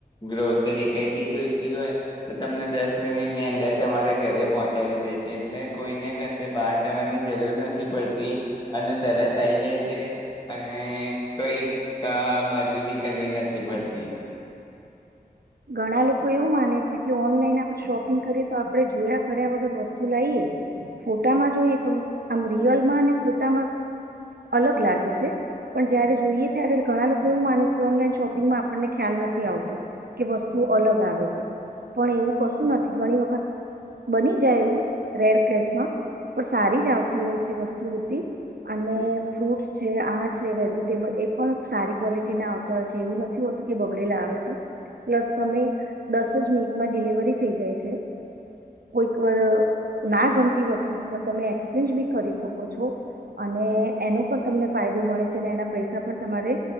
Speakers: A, on the left (about 30°); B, on the right (about 75°).
A: ગ્રોસરી કઈ બી જોઈતી હોય તો તમને દસ મિનિટની અંદર તમારે ઘરે પહોંચાડી દેશે એટલે કોઈને કશે બહાર જવાની જરૂર નથી પડતી અને તરત થઈ જાય છે અને કઈ ક મજૂરી કરવી નથી પડતી
B: ઘણા લોકો એવું માને છે કે ઓનલાઈન આપણે શોપિંગ કરીએ તો આપણે જોયા કર્યા વગર વસ્તુ લાઈએ ફોટામાં જોઈએ પણ આમ રિયલમાં અને ફોટામાં અલગ લાગે છે પણ જયારે જોઈએ ત્યારે ઘણા લોકો એવું માને છે કે ઓનલાઈન શોપિંગમાં આપણને ખ્યાલ નથી આવતો કે વસ્તુ અલગ આવે છે પણ એવું કશું નથી ઘણી વખત બની જાય એવું રેર ક્રેસમાં પણ સારી જ આવતી હોય છે વસ્તુ બધી અને ફ્રૂટ્સ છે આ છે વેજીિટેબલ એ પણ સારી ક્વોલિટી ના આવતા હોય છે એવું નથી હોતું કે બગડેલા આવે છે પ્લસ તમે દસ જ મિનિટમાં ડિલિવરી થઈ જાય છે કોઈક ના ગમતી વસ્તુ પણ તમે એક્સચેન્જ બી કરી શકો છો અને એનો પણ તમને ફાયદો મળે છે અને એના પૈસા પણ તમારે